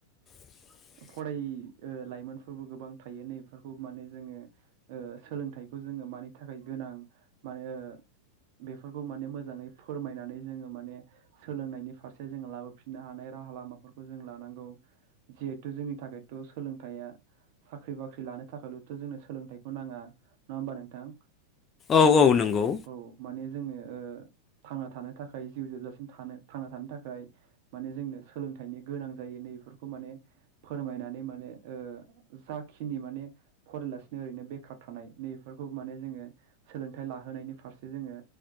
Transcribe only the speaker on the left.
<inaudible>
औ औ नंगौ